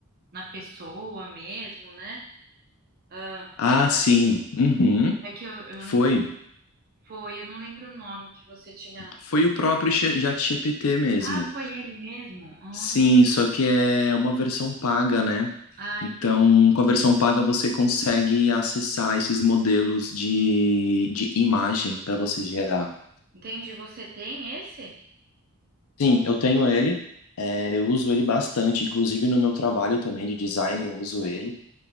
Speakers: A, on the right; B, on the left.
A: na pessoa mesmo, né? Ah,
B: Ah, sim. Uhum.
A: é que eu, eu
B: Foi.
A: não foi, eu não lembro o nome que você tinha.
B: Foi o próprio Cha- ChatGPT mesmo.
A: Ah, foi ele mesmo? Ah,
B: Sim, só que é uma versão paga, né?
A: ah,
B: Então,
A: entendi.
B: com a versão paga, você consegue acessar esses modelos de, de imagem para você gerar.
A: Entendi. Você tem esse?
B: Sim, eu tenho ele, é,
A: Hum.
B: eu uso ele bastante, inclusive no meu trabalho também de design, eu uso ele.